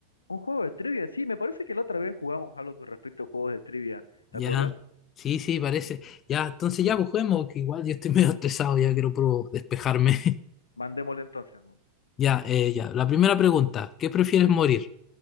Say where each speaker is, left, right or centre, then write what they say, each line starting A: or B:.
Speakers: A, on the left (about 75°); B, on the left (about 30°).
A: ¿Un juego de trivia? Sí, me parece que la otra vez jugamos algo con respecto a juegos de trivia,
B: Ya,
A: ¿te acuerdas?
B: sí, sí, parece. Ya, entonces ya, pues juguemos, que igual yo estoy <laughs> medio estresado, ya quiero puro despejarme. <laughs>
A: Mandémosle entonces. ¿no?
B: Ya, eh, ya. La primera pregunta, ¿qué prefieres morir?